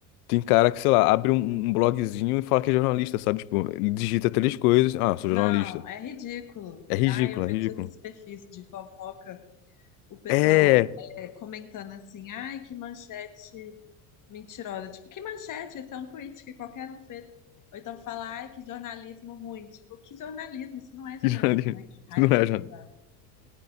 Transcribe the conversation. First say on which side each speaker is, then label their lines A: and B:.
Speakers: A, on the left; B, on the left.
A: tem cara que, sei lá, abre um, um blogzinho e fala que é jornalista, sabe? Tipo, ele digita
B: sim.
A: três coisas, ah, sou
B: Não,
A: jornalista.
B: é ridículo.
A: É ridículo,
B: Ai, eu vejo
A: é ridículo.
B: esses perfis de fofoca, o pessoal
A: É! <laughs>
B: é, comentando assim, ai, que manchete mentirosa. Tipo, que manchete? Isso é um tweet que qualquer um fez. Ou então fala, ai, que jornalismo ruim. Tipo, que jornalismo? Isso não é jornalismo,
A: Que Jornalista.
B: ai, que raiva
A: Não é
B: que me